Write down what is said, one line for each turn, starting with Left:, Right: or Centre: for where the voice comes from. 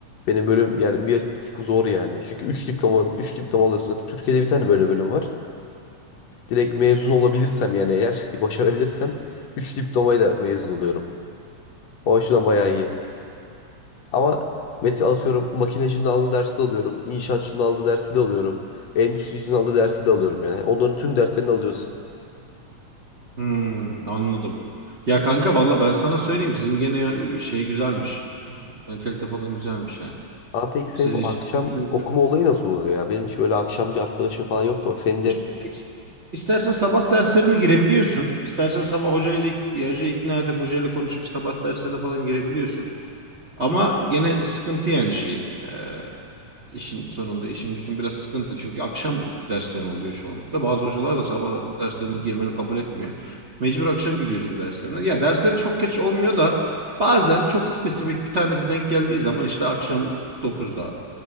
Left: Benim bölüm yani bir, bir tık zor yani. Çünkü 3 diploma 3 diploma alıyorsun zaten. Türkiye'de bir tane böyle bölüm var. Direkt mezun olabilirsem yani eğer başarabilirsem 3 diplomayla mezun oluyorum. O açıdan bayağı iyi. Ama mesela atıyorum makinecinin aldığı dersi de alıyorum. İnşaatçının aldığı dersi de alıyorum. Endüstricinin aldığı dersi de alıyorum yani. Onların tüm derslerini alıyorsun.
Right: Hmm, anladım. Ya kanka valla ben sana söyleyeyim. Sizin gene şey güzelmiş. Mentalite falan güzelmiş yani.
Left: abi peki senin
Right: siz
Left: bu
Right: işiniz
Left: akşam
Right: güzel.
Left: okuma olayı nasıl oluyor ya? Benim hiç böyle akşamcı arkadaşım falan yoktu. Bak senin de
Right: Şöyle is- İstersen sabah derslerine girebiliyorsun. İstersen sabah hocayla ya hocayı ikna edip hocayla konuşup sabah derslerine falan girebiliyorsun. Ama gene sıkıntı yani şey. e, işin sonunda işin gücün biraz sıkıntı. Çünkü akşam derslerin oluyor çoğunlukla. Bazı hocalar da sabah derslerine girmeni kabul etmiyor. Mecbur akşam gidiyorsun derslerine. Ya dersleri çok geç olmuyor da bazen çok spesifik bir tanesi denk geldiği zaman işte akşam dokuzda,